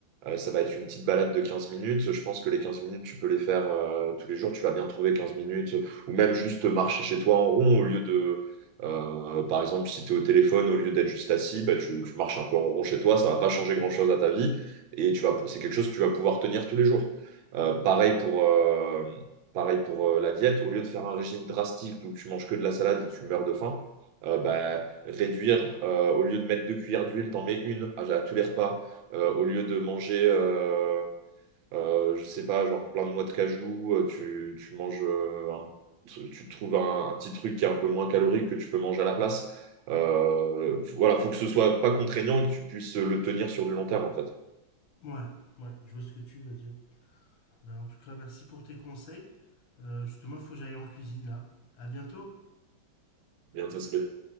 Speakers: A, on the right (about 75°); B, on the left (about 70°).
A: euh, ça va être une petite balade de 15 minutes. Je pense que les 15 minutes, tu peux les faire euh, tous les jours. Tu vas bien trouver 15 minutes ou même juste marcher chez toi en rond au lieu de. Euh, par exemple, si tu es au téléphone, au lieu d'être juste assis, bah, tu, tu marches un peu en rond chez toi, ça va pas changer grand-chose à ta vie et tu vas, c'est quelque chose que tu vas pouvoir tenir tous les jours. Euh, pareil pour, euh, pareil pour euh, la diète, au lieu de faire un régime drastique où tu manges que de la salade et tu meurs de faim, euh, bah, réduire, euh, au lieu de mettre deux cuillères d'huile, t'en mets une à, à tous les repas. Euh, au lieu de manger, euh, euh, je sais pas, genre plein de noix de cajou, euh, tu, tu manges, euh, un- tu tu trouves un, un petit truc qui est un peu moins calorique que tu peux manger à la place. Euh, voilà, faut que ce soit pas contraignant et que tu puisses le tenir sur du long terme en fait.
B: Ouais, ouais, je vois ce que tu veux dire. Ben, en tout cas, merci pour tes conseils. Euh, justement, il faut que j'aille en cuisine là. À bientôt.
A: Bien, ça, c'est-